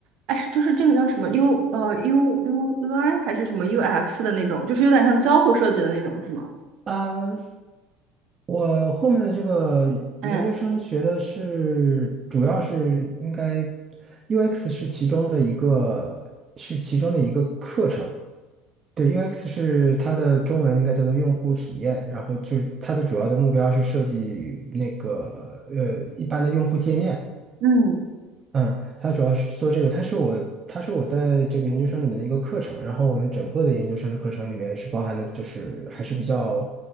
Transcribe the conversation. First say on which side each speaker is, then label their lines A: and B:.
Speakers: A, on the right; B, on the right.
A: 哎，是就是这个叫什么 U 呃 U U U I 还是什么 U X 的那种，就是有点像交互设计的那种，是吗？
B: <laughs> 啊。我后面的这个研究生学的是，
A: 嗯
B: 主要是应该 UX 是其中的一个，是其中的一个课程。对，UX 是它的中文应该叫做用户体验，然后就是它的主要的目标是设计那个呃一般的用户界面，
A: 嗯，
B: 嗯，它主要是做这个，它是我它是我在这个研究生里面的一个课程，然后我们整个的研究生的课程里面是包含的，就是还是比较